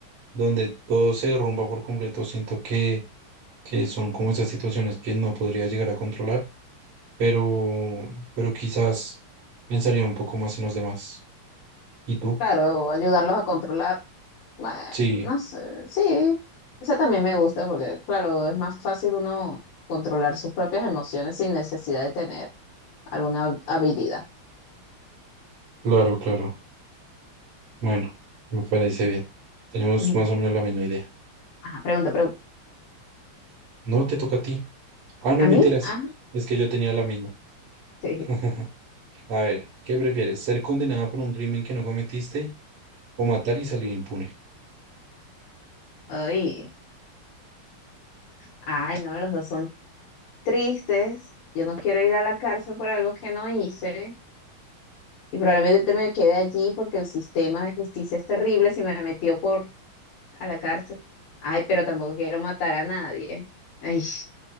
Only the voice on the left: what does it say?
claro, ayudarlos a controlar. Bueno,
no sé, sí, esa también me gusta porque, claro, es más fácil uno controlar sus propias emociones sin necesidad de tener alguna habilidad.
Ujú.
Ajá, pregunta, pregunta.
¿A
mí? Ah,
sí.
Ay, ay, no, los dos son tristes, yo no quiero ir a la cárcel por algo que no hice y probablemente me quede allí porque el sistema de justicia es terrible si me metió por a la cárcel. Ay, pero tampoco quiero matar a nadie. Ay.